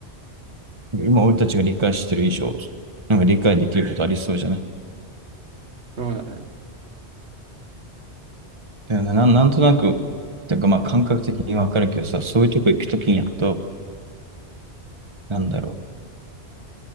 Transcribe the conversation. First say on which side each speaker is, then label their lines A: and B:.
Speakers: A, on the right; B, on the right.
A: 今俺たちが理解してる以上、なんか理解できることありそうじゃない
B: そうだね。
A: だよね、なん、なんとなく、てかまあ感覚的にわかるけどさ、そういうとこ行くときにやっと、なんだろ